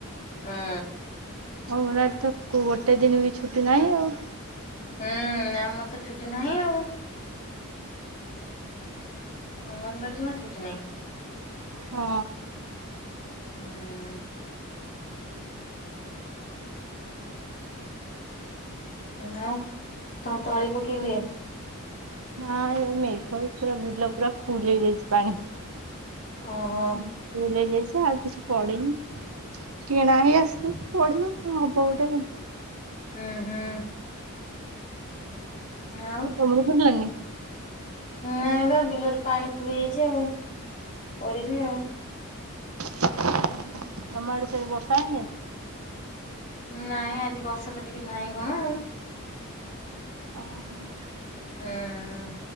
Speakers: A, on the left; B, on the right.
A: ହୁଁ।
B: ଅଙ୍ଗନାଡ ତ ଗୋଟେ ଦିନ ବି ଛୁଟି ନାହିଁ ଆଉ।
A: ହୁଁ ଆମର ତ ଛୁଟି ନାହିଁ ଆଉ। ଅଙ୍ଗନବାଡ଼ି ଯମା ଛୁଟି ନାହିଁ।
B: ହଁ।
A: ହଁ। ଆଉ ତମ ତଳି ପକେଇଲେ।
B: ହଁ ଏ ମେଘ ପୁରା ବୁିଲ ପୁରା ଫୁଲ ହେଇ ଯାଇଛି ପାଣି।
A: ଓହୋ
B: ଫୁଲ ହେଜାଇଚି ଆଉ କିଛି ପଡିନି। କିଣା ହେଇ ଆସିବ ପଡିବ କଣ ହବ ଗୋଟେ ଆଉ।
A: ହୁଁ ହୁଁ। ଆଉ
B: ହଁ ତମର ପରିଲନି <unintelligible>
A: ନାଇଁ ବା ବିଲରେ ପାଣି ଫୁଲିଯାଇଛି ଆଉ ପଡ଼ିନି ଆଉ।
B: ତମ ଆଡେ ତରେ ବର୍ଷା ହେଇନି ଆଜି।
A: ନାଇଁ ଆଜି ବର୍ଷା ତ ଟିକେ ନାହିଁ କଣ ଆଉ।
B: ଓ ହୋ।
A: ହଁ।